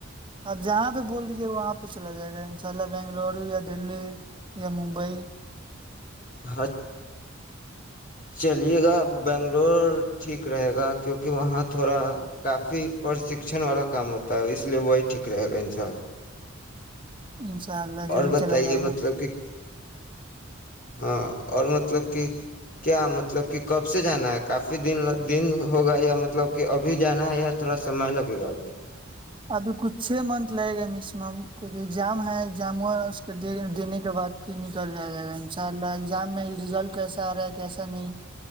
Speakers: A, on the right; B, on the left.
A: آپ جہاں پہ بول دیجے وہاں پہ چلا جائے گا ان شاء اللہ بنگلورو یا دلی یا ممبئی
B: حق چلیے گا بنگلور ٹھیک رہے گا کیونکہ وہاں تھوڑا کافی پرشکشن والا کام ہوتا ہے اس لیے وہی ٹھیک رہے گا ان شاء اللہ
A: انشاء اللہ ضرور
B: اور بتائیے
A: چلا جائے گا
B: مطلب کہ ہاں اور مطلب کہ کیا مطلب کہ کب سے جانا ہے کافی دن دن ہوگا یا مطلب کہ ابھی جانا ہے یا تھوڑا سمئے لگے گا ابھی
A: ابھی کچھ چھ منتھ لگے گا میکسیمم کیونکہ اگزام ہے گ جاما اس کے دینے کے بعد پھر لیا جائے گا ان شاء اللہ ایگزام میں رزلٹ کیسا آ رہا ہے کیسا نہیں